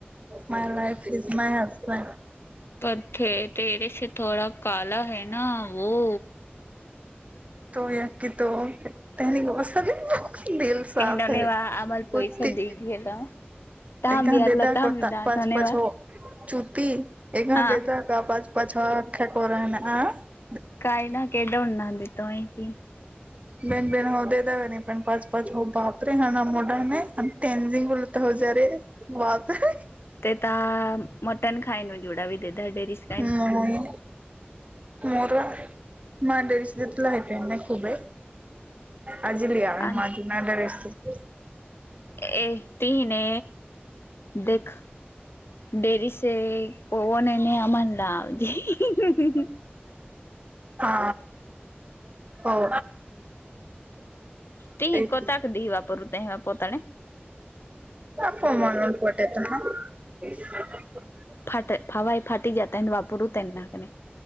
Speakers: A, on the right (about 35°); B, on the left (about 75°).
A: my life is my husband
B: पथ तेरेसे थोडा काला है ना वो
A: तो या की तो त्यानी गस दिल साफ
B: कहना ने
A: आहे
B: वा आमाल पैसा
A: कुत्ती
B: दी गेला ताम
A: ए गा
B: भी आलो
A: दे द
B: ताम
A: कोता
B: भी ना
A: पाच
B: थने
A: पाच
B: वा
A: हो चुती ए गा
B: हाँ
A: दे द <unintelligible> पाच पाच खे करा ना अ <unintelligible>
B: काय ना केडाडना द तोय की <unintelligible>
A: बेन बेन होऊ दे द नाही पण पाच पाच हो बापरे हाणा मोठा नाही आणि तेन झिंग उलत हो ज रे <unintelligible> बत <unintelligible>
B: ते त मटन खाय न जुडा व देध डेरीि <unintelligible>
A: म मोर मांडवीचला हप नाही <unintelligible> खूबे आजलीि आ
B: आणि
A: मा जुना दरेस् <unintelligible>
B: ए तीने देख देरी स <unintelligible> पव न न आ म्हणला आवजे <unintelligible>
A: हा हो
B: ती
A: तेच
B: कोताक दी वापरू ते पताने <unintelligible>
A: अप मणून पटेत ना <unintelligible>
B: फाट फावय फाटी जात वापरू त्यांना <unintelligible>